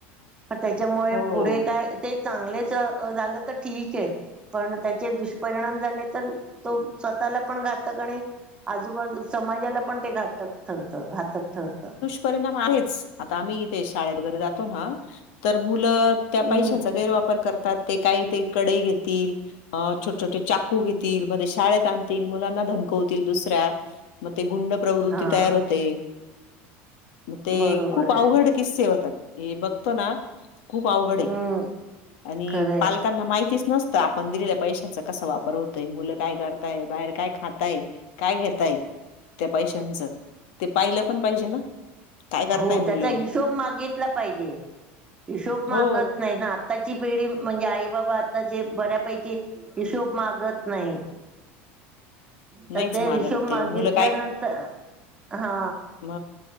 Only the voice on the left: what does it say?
हो
परिणाम आहेच. आता आम्ही इथे शाळेत वगैरे जातो ना तर मुलं त्या
पैशाचा गैरवापर करतात. ते काही ते कडे घेतील अ छोटे छोटे चाकू घेतील, म ते शाळेत आणतील, मुलांना धमकवतील दुसऱ्या मग ते गुंड प्रवृत्ती
तयार होते. मग ते
खूप अवघड
किस्से होतात. हे बघतो ना. खूप अवघड ये
आणि
पालकांना माहितीच नसते. तर आपण दिलेल्या पैशाचा कसा वापर होतोय? मुलं काय करताय? बाहेर काय खाताय काय घेतायत त्या पैशांचं? पाहिल पण पाहिजे ना. काय करताय
मुलं?
हो
नाहीच
मागत
ते
मुलं
म